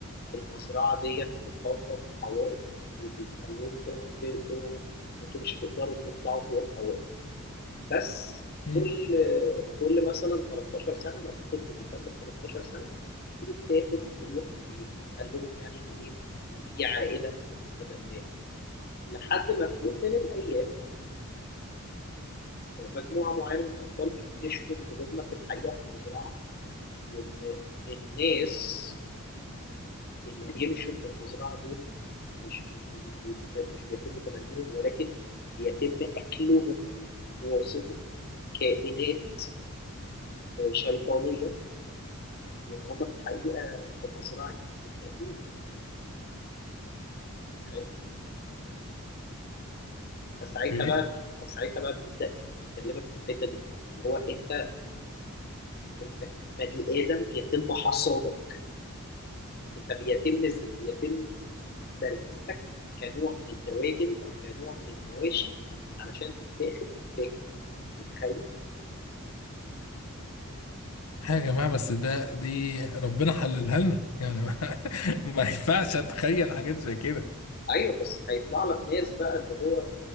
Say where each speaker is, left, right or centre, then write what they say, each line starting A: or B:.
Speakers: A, on the left (about 45°); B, on the left (about 85°).
A: المزرعة ديت محاطة بحوائط وبيتقال لهم اوعوا ت- اوعوا يعني انتوا مش هتقدروا تطلعوا فوق الحوائط بس
B: مم.
A: كل كل مثلا 13 سنة لما طفل بيكمل 13 سنة بيتاخد بيروح بي- بيتقال لهم يعني ان ايه ان في عائلة بتتبناه لحد ما في يوم من الايام مجموعة معينة من الاطفال بيكتشفوا ان هم في الحقيقة في مزرعة وان الناس اللي بيمشوا من المزرعة دول مش بي مش بيت مش بيتم تبنيهم ولكن بيتم أكلهم بواسطة كائنات آه، شيطانية وإن هم في الحقيقة في مزرعة بني آدمين متخيل؟ فساعتها
B: ايه؟
A: بقى بي فساعتها بقى بيبدأ يكلمك من الحتة دي اللي هو أنت أنت بني آدم بيتم حصادك أنت بيتم ز- بيتم تربيتك كنوع من الدواجن أو كنوع من المواشي علشان تتاخد تتاكل متخيل؟
B: يا جماعة بس ده دي ربنا حللها لنا يعني ما, <laughs> ما ينفعش اتخيل حاجات زي كده
A: ايوه بس هيطلع لك ناس بقى اللي هو